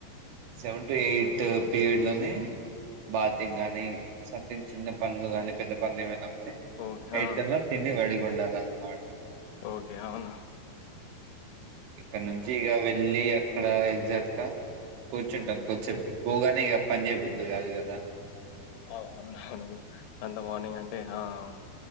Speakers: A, on the right (about 80°); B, on the left (about 85°).
A: సెవెన్ టు ఎయిట్ తెవ్ పీరియడ్ లేనే బాతింగ్ అనీ సంథింగ్ చిన్న పనులు గాని పెద్ద పనులు ఏవైనా తే
B: ఓకే.
A: ఎయిట్
B: ఆ!
A: కల్ల తిని రెడీగా ఉండాలి దం ది మాట
B: ఓకె అవున
A: ఇక్కడ నుంచి ఇగ వెళ్లి అక్కడ ఎగ్జాక్ట్ గా కూర్చుంటాం కొందసెపు పోగానే ఇగ పని చేయబుద్ది కాదు కదా
B: అవు అవును అంత మార్నింగ్ అంటే ఆ అవును